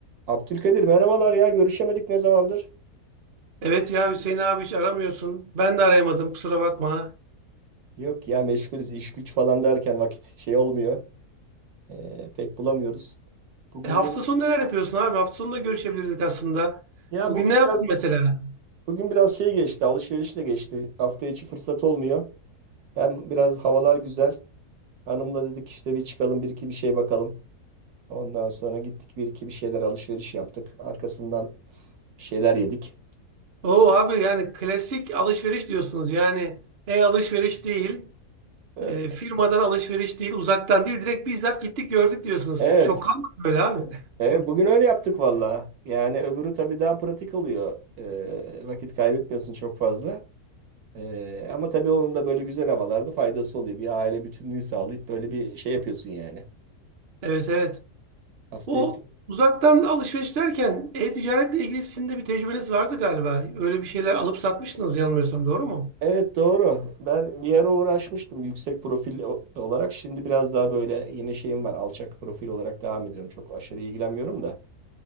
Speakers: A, on the right; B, on the right.
A: Abdülkadir merhabalar ya görüşemedik ne zamandır?
B: Evet ya Hüseyin abi hiç aramıyorsun. Ben de arayamadım kusura bakma.
A: Yok ya meşgulüz iş güç falan derken vakit şey olmuyor. Ee, pek bulamıyoruz. Bugün
B: E, hafta
A: de
B: sonu neler yapıyorsun abi? Hafta sonu da görüşebilirdik aslında.
A: ya
B: Bugün
A: bugün
B: ne yaptın
A: biraz
B: mesela?
A: bugün biraz şey geçti alışverişle geçti. Hafta içi fırsat olmuyor. Hem biraz havalar güzel. Hanımla dedik işte bir çıkalım bir iki bir şey bakalım. Ondan sonra gittik bir iki bir şeyler alışveriş yaptık. Arkasından bir şeyler yedik.
B: Oo abi yani klasik alışveriş diyorsunuz. Yani e-alışveriş değil,
A: Ee,
B: e, firmadan alışveriş değil, uzaktan değil. Direkt bizzat gittik gördük diyorsunuz.
A: Evet
B: Çok kalmadı böyle abi.
A: Evet, bugün öyle yaptık valla. Yani öbürü tabii daha pratik oluyor. Ee, vakit kaybetmiyorsun çok fazla. Ee, ama tabii onun da böyle güzel havalarda faydası oluyor. Bir aile bütünlüğü sağlayıp böyle bir şey yapıyorsun yani.
B: <laughs> Evet evet.
A: Hafta
B: O
A: içi.
B: uzaktan alışveriş derken e-ticaretle ilgili sizin de bir tecrübeniz vardı galiba. Öyle bir şeyler alıp satmıştınız yanılmıyorsam doğru mu?
A: Evet doğru. Ben bir ara uğraşmıştım yüksek profil o- olarak. Şimdi biraz daha böyle yeni şeyim var. Alçak profil olarak devam ediyorum. Çok aşırı ilgilenmiyorum da.